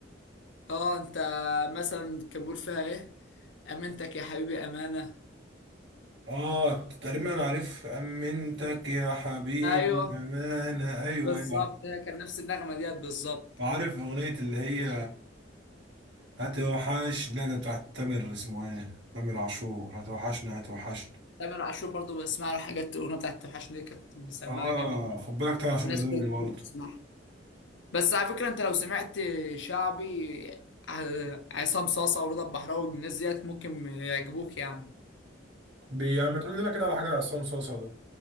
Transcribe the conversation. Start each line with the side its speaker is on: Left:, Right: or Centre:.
Left: اه انت مثلا كان بيقول فيها ايه امنتك يا حبيبي امانه
Right: اه تقريبا انا عارف امنتك يا حبيبي
Left: ايوه
Right: امانه ايوه
Left: بالظبط
Right: ايوه
Left: هي كان نفس النغمه ديت بالظبط
Right: عارف اغنيه اللي هي هتوحش لا ده بتاعت تامر اسمه ايه تامر عاشور هتوحشنا هتوحشنا
Left: تامر عاشور برضه بسمع له حاجات الاغنيه بتاعت توحشني دي كانت مسمعه
Right: اه
Left: جامد برضه
Right: خد بالك تامر عاشور
Left: وناس
Right: ده دولي
Left: كتير كنت
Right: برضه
Left: بتسمعها بس على فكرة انت لو سمعت شعبي ع- عصام صاصة ورضا البحراوي الناس ديت ممكن يعجبوك يعني
Right: بي يعني ما تقول لنا كده على حاجه لعصام صاصا ده